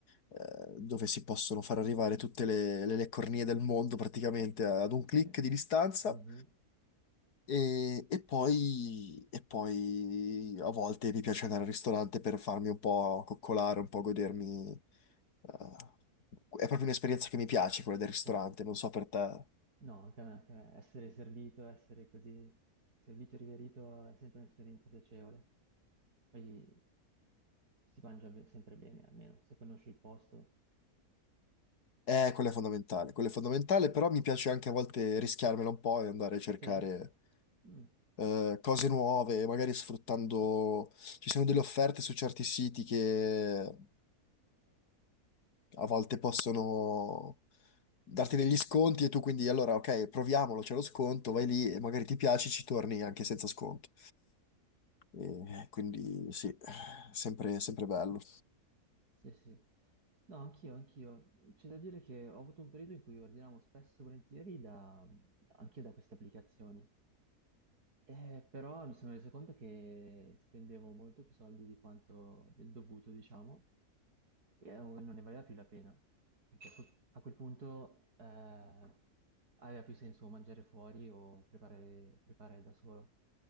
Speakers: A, on the left; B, on the right.
A: eh, dove si possono far arrivare tutte le, le, le cornie del mondo praticamente ad un
B: Sì.
A: click di distanza.
B: Mhm.
A: E, e poi, e poi a volte mi piace andare al ristorante per farmi un po' coccolare, un po' godermi. eh, è proprio un'esperienza che mi piace quella del ristorante,
B: certo.
A: non so per te.
B: No, anche a me, anche a me. Essere servito, essere così servito e riverito è sempre un'esperienza piacevole. Poi si mangia be- sempre bene, almeno se conosci il posto.
A: Eh, quella è fondamentale, quella è fondamentale, però mi piace anche a volte rischiarmela un po' e andare a cercare
B: Sì? eh? Mm.
A: eh, cose nuove, magari sfruttando... Ci sono delle offerte su certi siti che eh, a volte possono darti degli sconti e tu quindi allora ok, proviamolo, c'è lo sconto, vai lì e magari ti piace, ci torni anche senza sconti. E quindi sì, sempre, sempre bello.
B: Sì, sì. No, anch'io, anch'io. C'è da dire che ho avuto un periodo in cui ordinavo spesso e volentieri da, anche da queste applicazioni. Eh, però mi sono reso conto che spendevo molto più soldi di quanto del dovuto, diciamo, e non ne valeva più la pena, perché a, que- a quel punto eh, aveva più senso mangiare fuori o preparare, preparare da solo.